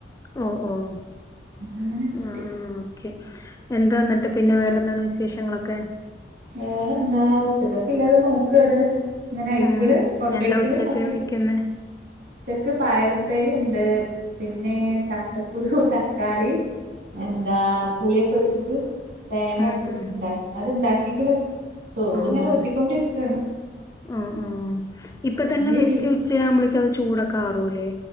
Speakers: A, on the left; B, on the right.
A: ഓഹ് ഓഹ്
B: അങ്ങനെ കിട്ടി
A: ആഹ് ഓക്കെ എന്താന്നട്ട് പിന്നെ വേറെന്താണ് വിശേഷങ്ങളൊക്കെ
B: വേറെന്താ ഉച്ചക്കക്കില്ലത് നോക്കാണ് ങ്ങനയ്ക്ക്ണ്
A: ഉം
B: കൊണ്ടയ്ക്ക്ണ്
A: എന്താ ഉച്ചക്ക്
B: ഓഫീസ്
A: വെക്കുന്നെ
B: ഉച്ചക്ക് പയറുപ്പേരിണ്ട് പിന്നെ ചക്കക്കുരു തക്കാളി എന്താ പുളിയൊക്കെ വെച്ചിട്ട് തേങ്ങര്ച്ച്
A: ഉം ഉം
B: ണ്ടാ അത്ണ്ടാക്കിക്ക്ണ് ചോറ്ങ്ങനെ
A: ആഹ്
B: ഊറ്റിക്കൊണ്ടിരിക്കാണ്
A: ആഹ് ആഹ് ഇപ്പതന്നെ
B: ഇഞ്ഞി
A: വെച്ച്
B: മീ
A: ഉച്ചയാവുമ്പളേത്തത് ചൂടൊക്കാറൂല്ലേ